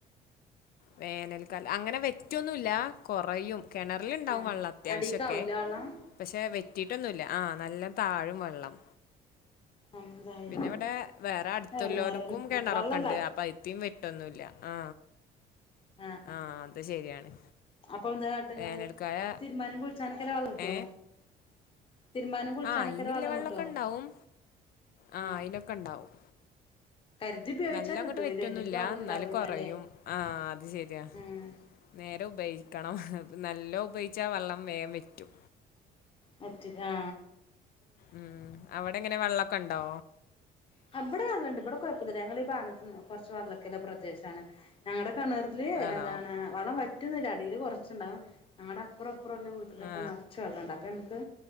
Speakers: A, on the left; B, on the left.
A: വേനൽക്കാല അങ്ങനെ വെറ്റൊന്നുല്ല കൊറയും. കിണറ്ല്ണ്ടാവും
B: ആഹ്
A: വള്ളം അത്യാവശ്യൊക്കെ
B: അടീക്കാവൂലേ വെള്ളം
A: പക്ഷെ വെ റ്റീട്ടൊന്നുല്ല ആ നല്ല താഴും വള്ളം.
B: അങ്ങനെതായി
A: പിന്നെ ഇവിടെ വേറെ അടുത്തുളേളാര്ക്കും
B: എടങ്ങേറ്
A: കിണറൊക്കെ
B: വള്ളല്ല
A: ഉണ്ട് അപ്പൊ അയി തിം വെട്ടൊന്നുല്ല ആ
B: ആഹ്
A: ആ അത് ശരിയാണ്.
B: അപ്പൊ എന്താ കാട്ടങ്ങള്
A: വേനൽക്കാല
B: അപ്പൊ തിരുമ്പാനും കുളിച്ചാനൊകെള്ള വളളം കിട്ടോ?
A: ഏ
B: തിരുമ്പാനും കുളിച്ചാനൊക്കെ
A: ആ അയിന്
B: വെള്ളം
A: ല്ലെ വെള്ളെക്കെ
B: കിട്ടോ
A: ഇണ്ടാവും ആ
B: ആഹ്
A: അയിനൊക്കെ ഇണ്ടാവും.
B: കരുതി ഉപയോഗിച്ചാ
A: നല്ല
B: കിട്ടൂലേ
A: അങ്ങട്ട് വറ്റൊന്നുല്ല
B: ഇല്ലെങ്കി വെള്ളം
A: ന്നാലും
B: ഉണ്ടാവൂല
A: കുറയും
B: അല്ലേ
A: ആ അത് ശരിയാ
B: ആഹ്
A: നേരെ ഉപയിക്കണം നല്ലോ ഉപയോഗിച്ചാ വള്ളം വേ വറ്റും.
B: വറ്റു ആ
A: ഉം അവിടെ എങ്ങനെ വെള്ളൊക്കെ ണ്ടോ?
B: ആ ഇവടെ വള്ളണ്ട് ഇമ്പടെ കൊഴപ്പൊന്നുല്ല ഞങ്ങളെ ഈ ഭാഗത്ത് കുറച്ച് വള്ളൊ ക്കെള്ള പ്രദേശാണ് ഞങ്ങടെ കിണറില്
A: ആണോ
B: എന്താണ് വളം വറ്റുന്നില്ല അടീൽ കുറച്ണ്ടാവും ഞങ്ങളുടെ അപ്പുറ അപ്പറംല്ലാം വീട്ടിലൊക്കെ
A: ആ
B: നിറച്ച് വെള്ളണ്ട് അപ്പ നമുക്ക്